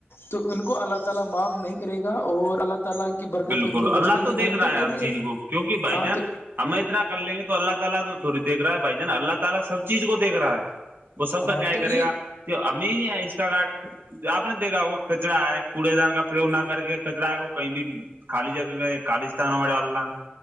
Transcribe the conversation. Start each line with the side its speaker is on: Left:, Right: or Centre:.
Left: تو ان کو اللہ تعالی معاف نہیں کرے گا اور اللہ ت کی برکت
Right: بالکل
Left: ان پہ
Right: اللہ
Left: برسے گی
Right: دیکھ
Left: نہیں
Right: رہا
Left: تو
Right: ہے ہر
Left: ان
Right: چیز کو کیونکہ بھائی
Left: ہاں
Right: جان
Left: تو
Right: ہمیں اتنا کر لیں گے تو اللہ تعال تو تھوی دیکھ رہا ہے بائی جان اللہ تعال سب چیز کو دیک رہا ہے وہ سب
Left: ہاں
Right: کا نیائے
Left: تو
Right: کرے
Left: یہ
Right: گا تو اھی ہے اس کا کارڈ آپ نے دیکھا ہوگا کچرا ہے کوڑے دان کا پو نہ کر کے کچرا ہے وہ کہیں بھی خالی جگہ میں کالیستتھانوں میں ڈالنا